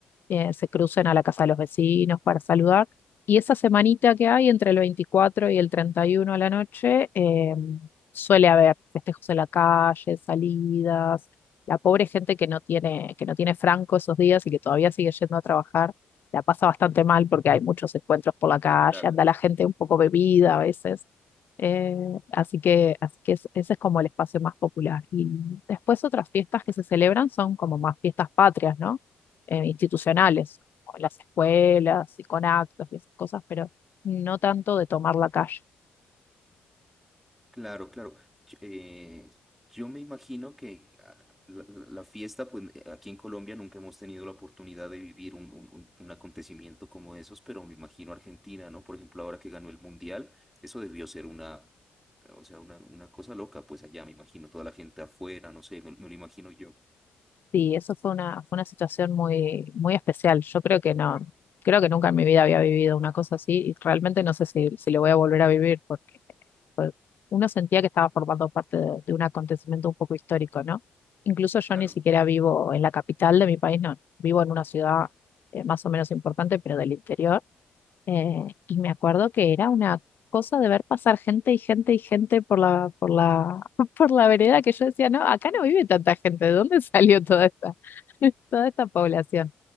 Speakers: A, on the left; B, in the centre.
A: eh, se crucen a la casa de los vecinos para saludar. Y esa semanita que hay entre el 24 y el 31 a la noche, eh, suele haber festejos en la calle, salidas. La pobre gente que no tiene, que no tiene franco esos días y que todavía sigue yendo a trabajar, la pasa bastante mal porque hay muchos encuentros por la calle,
B: Claro.
A: anda la gente un poco bebida a veces. Eh, así que, así que es- ese es como el espacio más popular. Y después otras fiestas que se celebran son como más fiestas patrias, ¿no? eh, institucionales, con las escuelas y con actos y esas cosas, pero no tanto de tomar la calle.
B: Claro, claro. Ch- eh, yo me imagino que ah, la, la- la fiesta, pues eh, aquí en Colombia nunca hemos tenido la oportunidad de vivir un, un- un- un acontecimiento como esos, pero me imagino Argentina, ¿no? Por ejemplo, ahora que ganó el Mundial, eso debió ser una, o sea, una, una cosa loca, pues allá me imagino toda la gente afuera, no sé, me, me lo imagino yo.
A: Sí, eso fue una, fue una situación muy, muy especial. Yo creo que no, creo que nunca en mi vida había vivido una cosa así y realmente no sé si, si lo voy a volver a vivir porque fue- uno sentía que estaba formando parte de, de un acontecimiento un poco histórico, ¿no? Incluso yo
B: Claro.
A: ni siquiera vivo en la capital de mi país, no, vivo en una ciudad eh, más o menos importante, pero del interior Eh, y me acuerdo que era una cosa de ver pasar gente y gente y gente por la, por la, <laughs> por la vereda que yo decía, no, acá no vive tanta gente, ¿de dónde <laughs> salió toda esta, <laughs> toda esta población?